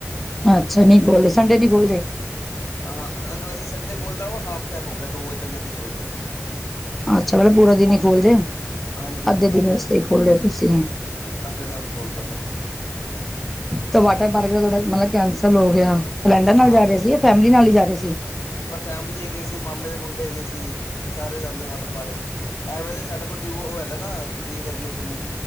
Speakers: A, in the centre; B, on the left.
A: ਅੱਛਾ ਨਹੀ ਖੋਲਦੇ ਸੰਡੇ ਨੀ ਖੋਲਦੇ।
B: ਹਾਂ ਵੈਸੇ ਸੰਡੇ ਖੋਲਦਾ ਵਾ ਹਾਫ ਟੈਮ ਹੋ ਗਿਆ ਦੋ ਵਜੇ ਤੱਕ ਜਾਂ ਤਿੰਨ ਵਜੇ ਤੱਕ
A: ਅੱਛਾ ਮਤਲਬ ਪੂਰਾ ਦਿਨ ਹੀ ਖੋਲਦੇ
B: ਹਾਂਜੀ ਹਾਂਜੀ
A: ਅੱਧੇ
B: ਹਾਂਜੀ
A: ਦਿਨ ਵਾਸਤੇ
B: ਹਾਂਜੀ
A: ਹੀ ਖੋਲਦੇ ਹੋ ਤੁਸੀਂ
B: ਅੱਧਾ ਟਾਈਮ ਖੋਲ੍ਹਦਾ ਭੈਣ
A: ਤੇ ਵਾਟਰ ਪਾਰਕ ਦਾ ਤੁਹਾਡਾ ਮਤਲਬ ਕੈਂਸਲ ਹੋ ਗਿਆ ਫਰੈਂਡਾਂ ਨਾਲ
B: ਹਾਂ
A: ਜਾ ਰਿਹਾ ਸੀ ਫੈਮਿਲੀ ਨਾਲ ਹੀ ਜਾ ਰਹੇ ਸੀ।
B: ਮੈਂ ਫੈਮਿਲੀ ਹੈਗੀ ਸੀ ਮਾਮੇ ਦੇ ਮੁੰਡੇ ਹੈਗੇ ਸੀ ਸਾਰੇ ਜਾਂਦੇ ਵਾਟਰ ਪਾਰਕ ਐਵੇਂ ਸਾਡੇ ਕੋਲ ਟਿਊ ਉਹ ਹੈਗਾ ਨਾ ਜ਼ਮੀਨ ਹੈਗੀ ਆਪਣੀ